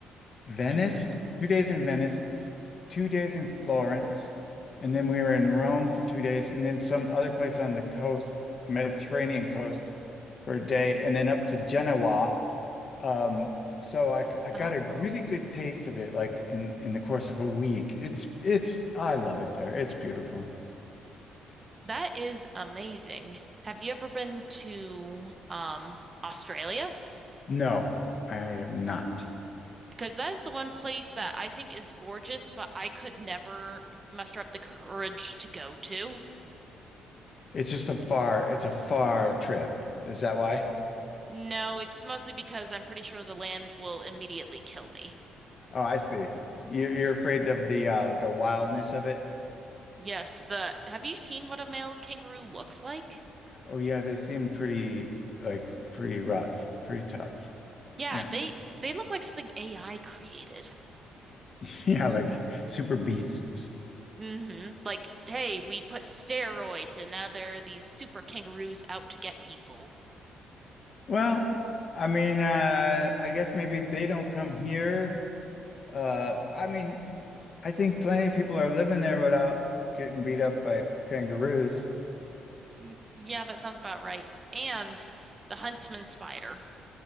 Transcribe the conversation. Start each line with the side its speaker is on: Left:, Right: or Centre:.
Left: Venice,
Right: hmm
Left: two days in Venice two days in Florence, and then we were in Rome for two days, and then some other place on the coast, Mediterranean coast, for a day, and then up to Genoa. Um, so I I got
Right: Oh,
Left: a really good taste of it, like in in the course of a week. It's it's I love it there. It's beautiful.
Right: that is amazing. Have you ever been to um Australia?
Left: No, I am not.
Right: Because that is the one place that I think is gorgeous, but I could never muster up the courage to go to.
Left: It's just a far it's a far trip. Is that why?
Right: No, it's mostly because I'm pretty sure the land will immediately kill me.
Left: Oh, I see. You're you're afraid of the uh the wildness of it.
Right: Yes, the have you seen what a male kangaroo looks like?
Left: Oh yeah, they seem pretty like pretty rough, pretty tough.
Right: Yeah,
Left: Yeah.
Right: they they look like something AI created.
Left: <laughs> Yeah, like super beasts.
Right: Mm-hmm. Like, hey, we put steroids and now there are these super kangaroos out to get people.
Left: Well, I mean, uh I guess maybe they don't come here. Uh I mean, I think plenty of people are living there without getting beat up by kangaroos.
Right: Mm, yeah, that sounds about right. And the huntsman spider.